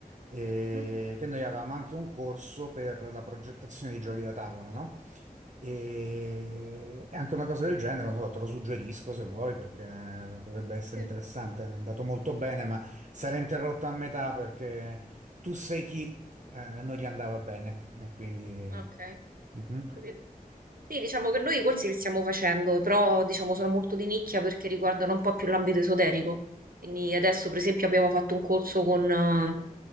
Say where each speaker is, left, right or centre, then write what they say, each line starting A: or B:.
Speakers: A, on the right; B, on the right.
A: eh,
B: Mhm.
A: che noi avevamo anche un corso per la progettazione di giochi da tavola, no? E anche una cosa del genere, non so, te lo suggerisco se vuoi, perché potrebbe essere
B: Sì,
A: interessante, è andato molto bene, ma sarà interrotto a metà perché tu sei chi eh, non gli andava bene, e quindi...
B: ok,
A: mhm,
B: ho capito. Sì, diciamo che noi i corsi li stiamo facendo, però diciamo sono molto di nicchia perché riguardano un po' più l'ambito esoterico. Quindi adesso, per esempio, abbiamo fatto un corso con eh,